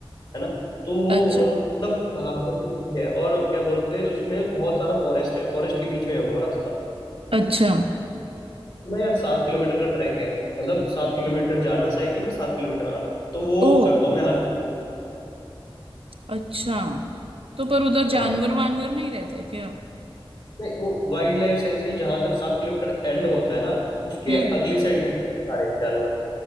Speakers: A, on the left; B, on the right.
A: है ना तो वो
B: अच्छा
A: मतलब पहाड़ों के बीच है और क्या बोलते हैं उसमें बहुत सारा फॉरेस्ट है फॉरेस्ट के बीच में है वो रास्ता
B: अच्छा
A: तो ना यार सात किलोमीटर का ट्रैक है मतलब सात किलोमीटर जाना साइकिल में सात किलोमीटर आना तो वो
B: ओ
A: करता हूँ मैं हर
B: अच्छा तो पर उधर जानवर
A: हाँ
B: वानवर नहीं रहते क्या
A: नहीं वो वाइल्ड लाइफ सेंचुरी जहां तक सात किलोमीटर एंड होता है ना उसके
B: हम्म
A: अगली साइड जाते हैं सारे जानवर